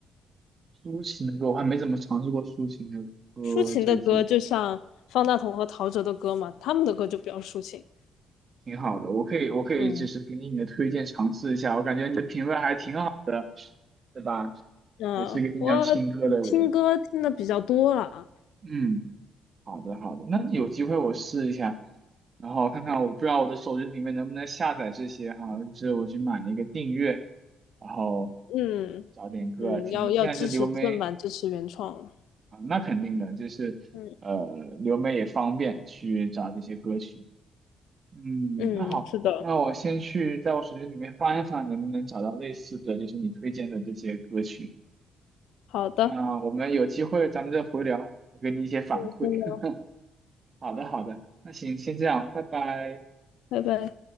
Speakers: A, on the right; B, on the left.
A: 抒情的歌我还没怎么尝试过抒情的歌，
B: 抒情的歌就像方大同和陶喆的歌嘛，
A: 最近
B: 他们的歌就比较抒情，
A: 挺好的。我可以我可以就是给你你的推荐尝试一下，
B: 嗯，
A: 我感觉你的品味还挺好。对吧？
B: 嗯，
A: 也是个经常听歌的人。
B: 我听歌听的比较多了，
A: 嗯，好的好的，那有机会我试一下，然后看看我不知道我的手机里面能不能下载这些哈，就是我去买一个订阅，然后
B: 嗯
A: 找点歌啊听听。
B: 嗯，要要支持正版，
A: 现在这流媒
B: 支持原创，
A: 啊，那肯定的，就是呃流媒也方便去找这些歌曲。
B: 嗯
A: 嗯，
B: 嗯，
A: 那好，
B: 是的，
A: 那我先去在我手机里面翻一翻，能不能找到类似的，就是你推荐的这些歌曲。
B: 好的，
A: 那我们有机会咱们再回聊，我给你一些反馈。
B: 再见了
A: <laughs> 好的，好的，那行，先这样，拜拜。
B: 拜拜。